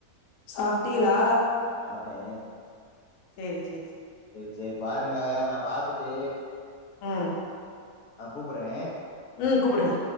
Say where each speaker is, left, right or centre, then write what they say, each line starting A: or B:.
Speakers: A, on the left; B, on the left.
A: சாப்ட்டிகலா
B: சா ட்டே
A: செரி செரி செ
B: செரி பாருங்க நா பாத்துட்டு
A: ம்
B: ஆ கூப்புறே
A: உம் கூப்புடுங்க